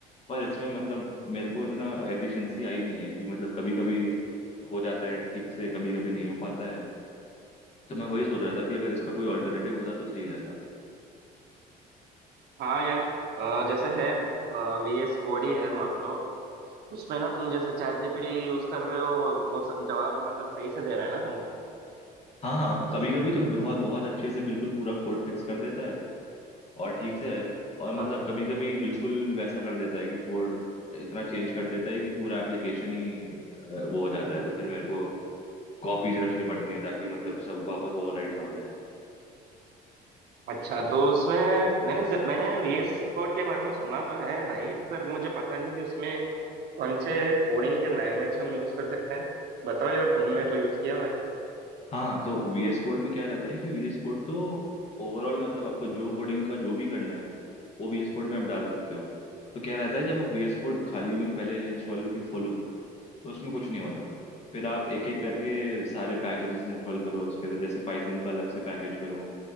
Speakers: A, on the left; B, on the right.
A: पर इसमें मतलब मेरे को इतना एफिशिएंसी आई नहीं है कि मतलब कभी कभी हो जाता है ठीक से कभी कभी नहीं हो पाता है तो मैं वही सोच रहा था कि अगर इसका कोई ऑल्टरनेटिव होता तो सही रहता
B: हाँ यार अ, जैसे है वी एस कोड ही है मान लो उसमें ना तुम जैसे chat जीपीटी use कर रहे हो वो स- जवाब मतलब सही से दे रहा है ना तुमको
A: हाँ हाँ कभी कभी तो बहुत बहुत अच्छे से बिल्कुल पूरा कोड फिक्स कर देता है और ठीक से और मतलब
B: हाँ।
A: कभी कभी बिल्कुल वैसा कर देता है कि कोड इतना चेंज कर देता है कि पूरा एप्लीकेशन ही अ, वो हो जाता है तो फिर मेरे को कॉपीज रखनी पड़ती हैं ताकि मतलब सब वापस ओवरराइट ना हो जाए
B: अच्छा तो उसमें मैंने ज- मैंने वी एस कोड के बारे में सुना तो है भाई पर मुझे पता नहीं कि उसमें कौन से कोडिंग के लैंग्वेज हम यूज कर सकते हैं बताओ यार तुमने तो यूज किया हुआ है
A: हाँ तो VS कोड में क्या रहता है कि VS कोड तो ओवरऑल मतलब आपको जो कोडिंग का जो भी करना है वो VS कोड में आप डाल सकते हो तो क्या रहता है जब आप VS कोड खाली में पहले इंस्टॉल करके खोलो तो उसमें कुछ नहीं होता फिर आप एक एक करके सारे पैकेजेस इंस्टॉल करो उसके तो जैसे पाइथन का अलग से पैकेज करो